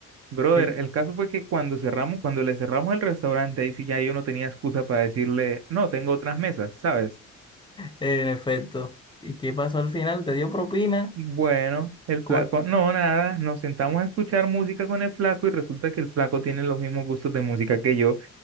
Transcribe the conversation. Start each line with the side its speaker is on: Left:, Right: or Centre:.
Right: Brother,
Left: Y-
Right: el caso fue que cuando cerramos, cuando le cerramos el restaurante, ahí sí ya yo no tenía excusa para decirle, no, tengo otras mesas, ¿sabes?
Left: en efecto. ¿Y qué pasó al final? ¿Te dio propina?
Right: Bueno, el flaco,
Left: Co-
Right: no, nada, nos sentamos a escuchar música con el flaco y resulta que el flaco tiene los mismos gustos de música que yo.